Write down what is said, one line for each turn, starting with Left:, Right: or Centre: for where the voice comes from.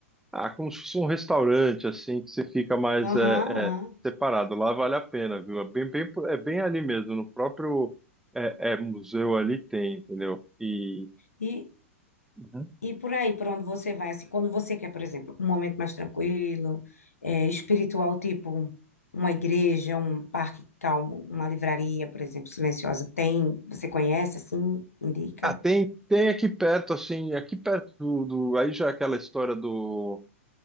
Centre: ah, como se fosse um restaurante, assim, que você fica mais
Left: Aham,
Centre: é,
Left: aham.
Centre: é, separado. Lá vale a pena, viu? É bem, bem, por- é bem ali mesmo, no próprio é, é, museu ali tem, entendeu? E
Left: E,
Centre: Uhum.
Left: e por aí, por onde você vai, assim, quando você quer, por exemplo, um momento mais tranquilo, eh, espiritual, tipo uma igreja, um parque calmo, uma livraria, por exemplo, silenciosa, tem? Você conhece, assim, indica?
Centre: ah, tem, tem aqui perto, assim, aqui perto do, do, aí já é aquela história do